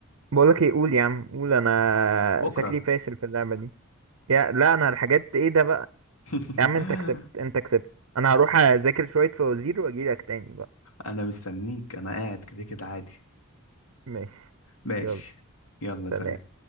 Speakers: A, on the right (about 70°); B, on the left (about 80°).
A: بقولك ايه قول يا عم قول انا
B: بكرة
A: شكلي فاشل في اللعبة دي يا لا انا الحاجات ايه ده بقى
B: <laughs>
A: يا عم انت كسبت انت كسبت انا هروح اذاكر شوية فوازير واجيلك تاني بقى
B: انا مستنيك انا قاعد كده كده عادي
A: ماشي
B: ماشي
A: يلا
B: يلا سلام
A: سلام